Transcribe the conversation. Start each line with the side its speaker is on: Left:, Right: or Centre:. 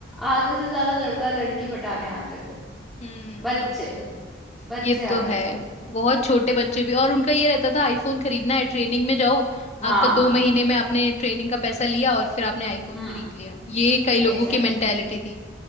Centre: आधे से ज्यादा लड़का लड़की पटाने आते थे
Left: हम्म
Centre: बच्चे बच्चे
Left: ये तो
Centre: आते
Left: है
Centre: थे
Left: बहुत छोटे बच्चे भी और उनका ये रहता था आईफोन खरीदना है ट्रेनिंग में जाओ
Centre: हाँ
Left: आपका दो महीने में आपने ट्रेनिंग का पैसा लिया और फिर आपने आईफोन
Centre: हम्म
Left: खरीद लिया ये कई लोगों
Centre: एग्जैक्ट
Left: की मेंटेलिटी थी